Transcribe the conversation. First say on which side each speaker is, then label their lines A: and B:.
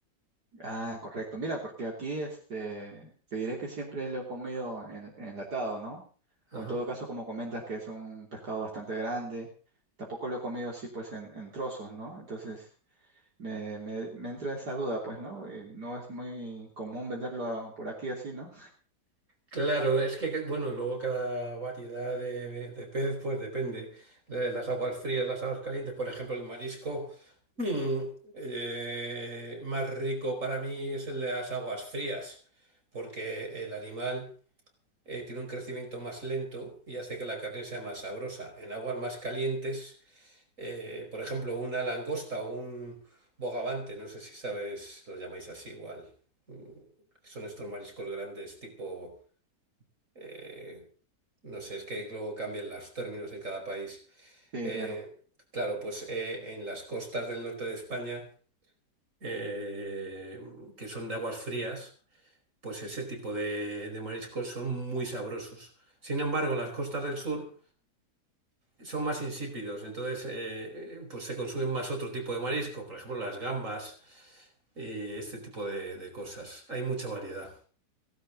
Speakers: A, on the right; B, on the right.
A: Ah, correcto. Mira, porque aquí este, te diré que siempre lo he comido en- enlatado, ¿no?
B: Ajá.
A: O en todo caso, como comentas, que es un pescado bastante grande, tampoco lo he comido así, pues, en, en trozos, ¿no? Entonces, me, me, me entra esa duda, pues, ¿no? Eh, no es muy común venderlo por aquí así, ¿no?
B: Claro, es que, que- bueno, luego cada variedad de, de pez, pues depende. Eh, Las aguas frías, las aguas calientes, por ejemplo, el marisco <clears throat> mm, eh, más rico para mí es el de las aguas frías, porque el animal eh, tiene un crecimiento más lento y hace que la carne sea más sabrosa. En aguas más calientes, eh, por ejemplo, una langosta o un bogavante, no sé si sabes, lo llamáis así igual. mm, Son estos mariscos grandes tipo, eh, no sé, es que luego cambian los términos en cada país.
A: Sí,
B: Eh,
A: claro.
B: claro, pues eh, en las costas del norte de España, eh, que son de aguas frías, pues ese tipo de, de mariscos son muy sabrosos. Sin embargo, en las costas del sur son más insípidos, entonces eh, pues se consumen más otro tipo de marisco, por ejemplo las gambas y este tipo de, de cosas. Hay mucha variedad.